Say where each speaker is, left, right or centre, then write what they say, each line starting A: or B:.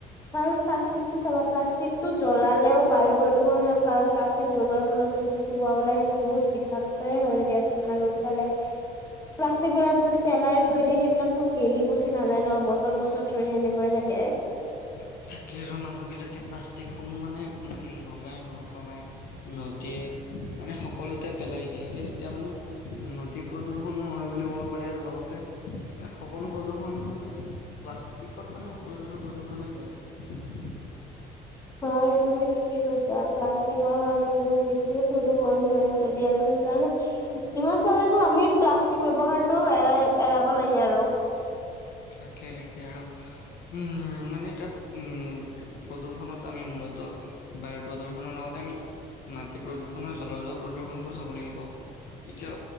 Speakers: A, on the left; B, on the left.
A: কাৰণ, প্লাষ্টিকটো চাবা! প্লাষ্টিকটো জ্বলালেও বায়ু প্ৰদূষণ হয়। কাৰণ, প্লাষ্টিক জ্বলোৱাৰ ফলত যোনটো ধোঁৱা ওলায়, সেইটো বহুত বিষাক্তই হয়! দিয়াচোন আৰু এইফালে প্লাষ্টিক বিলাক যদি, পেলাই থৈ দিয়ে, সেইবিলাকতো, গেলি-পচি নাযায় ন' বস্তু। বছৰ-বছৰ ধৰি সেনেকোৱাই থাকে।
B: <unintelligible> কিছু মানুহবিলাকে, প্লাষ্টিকসমূহ মানে, নলাই- নৰ্দমাই, নদীয়ে মানে, সকলোতে পেলাই দিয়ে। সেই তেতিয়া মানে, নদী প্ৰদূষনো হয় বুলি ক'ব পাৰি আৰু লগতে এ, সকলো প্ৰদূষণ মানে, প্লাষ্টিকত মানে, সকলো ধৰণৰ প্ৰদূ প্ৰদূষণে পোৱা যায়।
A: হয়, তুমি ঠিকে কৈছা! প্লাষ্টিকৰ কাৰণে বহুত বেছিয়ে প্ৰদূষণ হৈ আছে দিয়াচোন! সেই কাৰণে, যিমান পাৰো আমি প্লাষ্টিক ব্যৱহাৰটো এৰাই এৰাব লাগে আৰু
B: তাকে তাকে আৰু উম মানে এতিয়া উম প্ৰদূষনত আমি মূলত বায়ু প্ৰদূ্ষনৰ লগতে আমি মাটি প্ৰদূ্ষণ আৰু জলজ প্ৰদূ্ষণটো চাব লাগিব, তেতিয়া